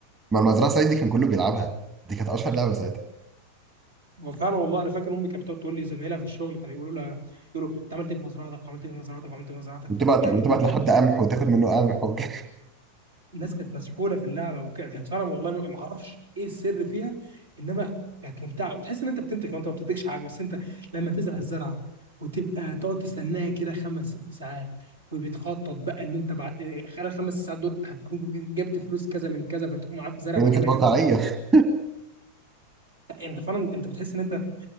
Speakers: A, on the right; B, on the right.
A: ما المزرعة السعيدة دي كان كله بيلعبها دي كانت اشهر لعبة ساعتها
B: وفعلا والله انا فاكر امي كانت بتقعد تقول لي زمايلها في الشغل كانوا يقولوا لها يقولوا انت عملت ايه في مزرعتك وعملت ايه في مزرعتك وعملت ايه في مزرعتك
A: وتبعت
B: فانت فاهم
A: وتبعت
B: اللي هو
A: لحد قمح وتاخد منه قمح وك-
B: الناس كانت مسحوله في اللعبه وكانت فعلا والله ما ما اعرفش ايه السر فيها انما كانت ممتعه وتحس ان انت بتنتج وانت ما بتنتجش حاجه بس انت لما تزرع الزرعه وتبقى تقعد تستناها كده خمس ست ساعات وبتخطط بقى ان انت بعد إيه، خلال خمس ساعات دول هتكون جبت فلوس كذا من كذا فتقوم عامل
A: <laughs>
B: زرع
A: يعني
B: مكانها
A: كانت واقعية
B: كذا وتقعد
A: <laughs>
B: لا، انت فعلا انت بتحس ان انت